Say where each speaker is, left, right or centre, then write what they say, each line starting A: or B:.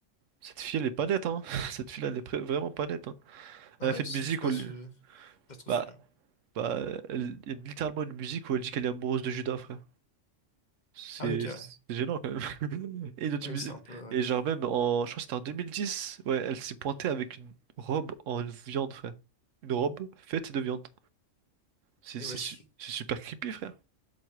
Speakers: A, on the right (about 80°); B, on the left (about 40°).
A: Cette fille, elle est pas nette, hein. <laughs> Cette fille-là, elle est pré- vraiment pas nette, hein.
B: Ah
A: Elle a
B: ouais,
A: fait une
B: c'est
A: musique
B: où je passe,
A: où elle...
B: je je suis pas trop
A: Bah,
B: sûr.
A: bah, elle... il y a littéralement une musique où elle dit qu'elle est amoureuse de Judas, frère. C'est
B: Ah ouais, ok, ouais.
A: c'est gênant quand même. <laughs> Et, dans une
B: Oui, c'est un peu,
A: et
B: ouais.
A: genre même, en... je crois que c'était en 2010, ouais, elle s'est pointée avec une robe en viande, frère. Une robe faite de viande. C'est
B: Et
A: c'est
B: wesh.
A: su- c'est super creepy, frère.